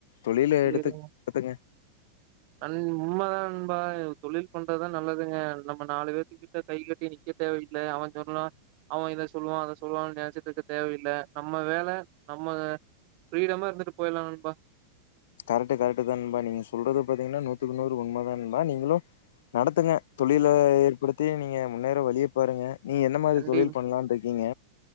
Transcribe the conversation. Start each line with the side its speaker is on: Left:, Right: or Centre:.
Left: தொழில
Right: சேரி
Left: எடுத்து நடத்துங்க
Right: அன் உண்ம தா நண்பா தொழில் பண்றதுதா நல்லதுங்க நம்ம நாலு பேர்த்துக் கிட்ட கை கட்டி நிக்கத் தேவயில்ல அவ சொன்னா அவ இத சொல்லுவான் அத சொல்லுவா நெனைச்சிட்ருக்க தேவையில்ல நம்ம வேல நம்ம ஃப்ரீடமா இருந்துட்டு போய்லான் நண்பா
Left: கரெட்டு கரெட்டுதா நண்பா நீங்க சொல்றது பாத்தீங்கன்னா நூத்துக்கு நூறு உண்ம தா நண்பா நீங்களு நடத்துங்க தொழில ஏற்படுத்தி நீங்க முன்னேற வழிய பாருங்க நீ என்ன மாரி
Right: கண்டி
Left: தொழில் பண்ணலான்ருக்கீங்க